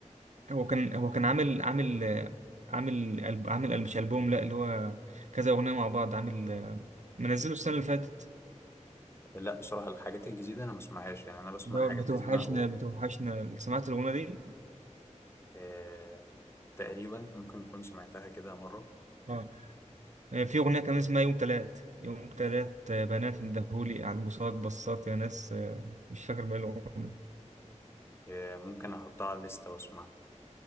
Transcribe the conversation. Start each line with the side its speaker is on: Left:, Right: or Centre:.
Right: هو كان هو كان عامل عامل آه، عامل ألب... عامل ألب... مش البوم لا اللي هو كذا اغنيه مع بعض عامل آه، منزله السنه اللي فاتت
Left: لا بصراحة الحاجات الجديدة انا ما بسمعهاش يعني انا بسمع
Right: اللي هو
Left: حاجات
Right: بتوحشنا
Left: قديمة او
Right: بتوحشنا سمعت الاغنيه دي
Left: آه، تقريبا ممكن تكون سمعتها كده مرة
Right: اه آه، في أغنية كان اسمها يوم تلات يوم تلات آه، بنات ندهولي على البوصات بصات يا ناس آه، مش فاكر بقى الأغنية
Left: آه، ممكن احطها على الليستة واسمعها